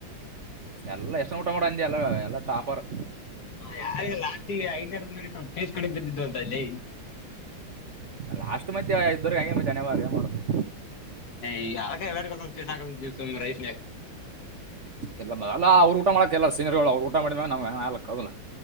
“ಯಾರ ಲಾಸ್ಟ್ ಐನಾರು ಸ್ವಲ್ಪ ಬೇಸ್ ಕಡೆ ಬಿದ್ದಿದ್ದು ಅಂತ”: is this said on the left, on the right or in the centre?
Left